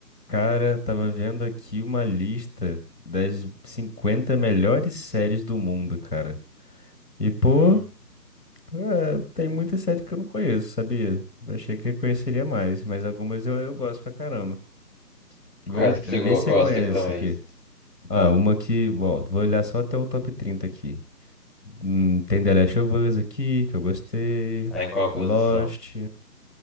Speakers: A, on the left; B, in the centre.
A: Cara, tava vendo aqui uma lista das 50 melhores séries do mundo, cara. E, pô,
B: Hum.
A: é, tem muita série que eu não conheço, sabia? Eu achei que eu conheceria mais, mas algumas eu, eu gosto pra caramba. Vamos
B: Quais que você
A: ver
B: go-
A: se
B: gosta
A: você conhece
B: que estão aí?
A: aqui. Ah,
B: Fala.
A: uma que, ó, vou olhar só até o top 30 aqui. Hum, tem The Last of Us aqui, que eu gostei.
B: Tá em qual posição?
A: Lost.